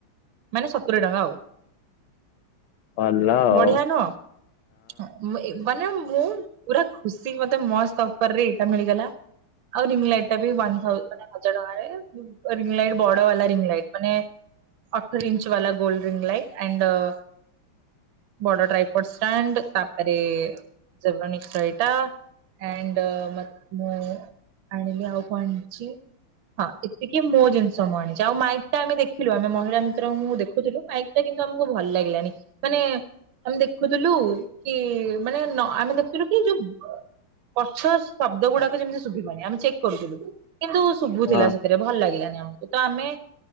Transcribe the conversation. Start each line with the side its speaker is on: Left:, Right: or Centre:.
Right: ମାନେ ସତୁରୀ ଟଙ୍କା ଆଉ।
Left: ଭଲ ଆଉ
Right: ବଢିଆ ନୁହ ଏଗ ମାନେ ମୁଁ ପୁରା ଖୁସି ହେତିକି ମତେ ମସ୍ତ ଅଫର ରେ ଏଇଟା ମିଳିଗଲା। ଆ ରିଙ୍ଗଲାଇଟ ଟା ବି ୱାନଥାଉ ମାନେ ହଜାର ଟଙ୍କାରେ ରିଙ୍ଗ ଲାଇଟ ବଡର ବାଲା ରିଙ୍ଗ ଲାଇଟ ମାନେ ଅଠର ଇଞ୍ଚ ବାଲା ଗୋଲଡେନ୍ ଲାଇଟ ଆଣ୍ଡ ଅ ବଡଡ୍ରାଇପୋ ଷ୍ଟାଣ୍ଡ ତାପରେ ଜରମନି ସାଇଟା ଆଣ୍ଡ ମ ମୁଁ ଆଣିଲି ଆଉ ଙ୍କ ଆଣିଚି? ହଁ ଏତିକି ମୋ ଜିନିଷ ମୁଁ ଆଣିଛି ଆଉ ମାଇକ୍ ଟା ଆମେ ଦେଖିଲୁ ଆମେ ମହିଳା ଭିତରୁ ମୁଁ ଦେଖୁଥିଲୁ ଏତେ କିନ୍ତୁ ଆମକୁ ଭଲ ଲାଗିଲାନି ମାନେ ଆମେ ଦେଖୁଥିଲୁ କି ମାନେ ନ ଆମେ ଦେଖୁଥିଲୁ କି ଯୋଉ ପଛ ଶବ୍ଦ ଗୁଡାକ ଯେମିତି ଶୁଭିବନି ଆମେ ଚେକ୍ କରୁଥିଲୁ କିନ୍ତୁ ଶୁଭୁଥିଲା
Left: ହଁ
Right: ସେତେ ସେ ଭଲ ଲାଗିଲାନି ଆମକୁ ତ ଆମେ